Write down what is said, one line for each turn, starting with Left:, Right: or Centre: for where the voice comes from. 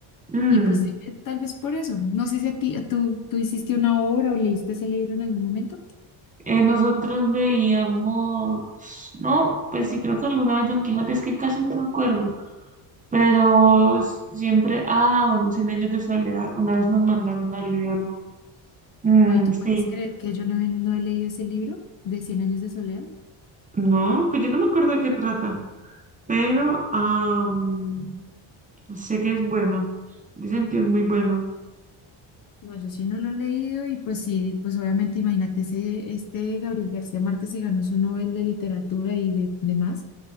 Right: Mm,
Left: Y pues dije, tal vez por eso. No sé si a ti, a tú, tú hiciste una obra o leíste ese libro en algún momento.
Right: eh, nosotros veíamos, no, pues sí, creo que alguna vez Don Quijote, es que casi no me acuerdo, pero siempre, ah, bueno, Cien años de soledad, una vez nos mandaron a leerlo. Mm,
Left: Oye, ¿tú
Right: sí,
Left: puedes creer que yo no he, no he leído ese libro de cien años de soledad?
Right: no, pues yo no me acuerdo de qué trata. pero am, sé que es bueno. Dicen que es muy bueno.
Left: No, yo sí no lo he leído y pues sí, pues obviamente imagínate, ese, este Gabriel García Márquez se ganó su Nobel de Literatura y de demás,